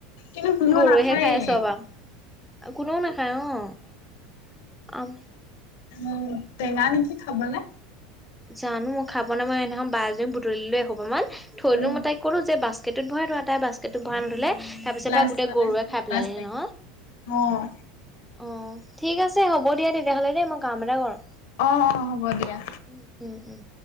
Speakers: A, on the left; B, in the centre.
A: কিন্তু কোনেও
B: গৰুৱেহে
A: নাখায়েই।
B: খায় চব আও। কোনেও নাখায় অ'। আম
A: অ' টেঙা নেকি খাবনে?
B: জানোঁ, মই খাই পোৱা নাই। মই সেইদিনা বা এজনীয়ে বুটলিলে এসোপামান থৈ
A: উম।
B: দিলোঁ। মই তাই ক'লো যে বাস্কেটত ভৰাই থোৱা। তাই বাস্কেটোত ভৰাই নথলে তাৰ পিছত
A: লাজ
B: পুৰা গোটেই
A: পালে
B: গৰুৱে খাই
A: লাজ
B: পেলালেহি
A: লাগিল
B: নহয়। ‌
A: অ',
B: অ' ঠিক আছ ছে হ'ব দিয়া, তেতিয়াহ'লে দেই। মই কাম এটা কৰোঁ।
A: অ' - অ', হ'ব দিয়া।
B: উম উম উম।